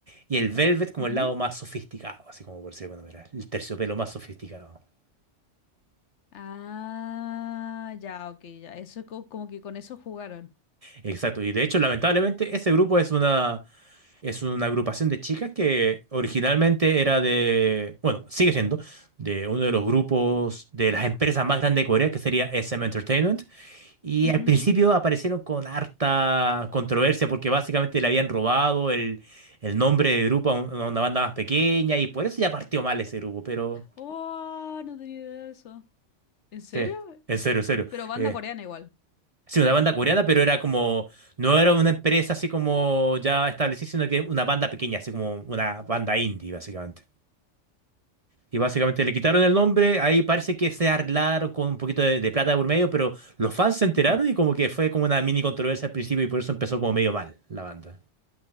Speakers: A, on the right (about 35°); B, on the left (about 70°).
A: y el velvet como
B: Ujú.
A: el lado más sofisticado, así como por decirlo de alguna manera, el terciopelo más sofisticado.
B: Ah, ya, ok, ya. Eso co- como que con eso jugaron.
A: Exacto, y de hecho, lamentablemente, ese grupo es una Es una agrupación de chicas que originalmente era de, bueno, sigue siendo, de uno de los grupos de las empresas más grandes de Corea, que sería SM Entertainment. Y
B: Ujú,
A: al principio
B: ujú.
A: aparecieron con harta controversia porque básicamente le habían robado el, el nombre de grupo a un- a una banda más pequeña y por eso ya partió mal ese grupo. Pero,
B: Oh, no tenía idea de eso. ¿En serio?
A: sí, en serio, en serio.
B: Pero banda
A: Eh,
B: coreana igual.
A: sí, una banda coreana, pero era como, no era una empresa así como ya establecida, sino que una banda pequeña, así como una banda indie, básicamente. Y básicamente le quitaron el nombre, ahí parece que se arreglaron con un poquito de, de plata de por medio, pero los fans se enteraron
B: Ujú.
A: y como que fue como una mini controversia al principio y por eso empezó como medio mal la banda.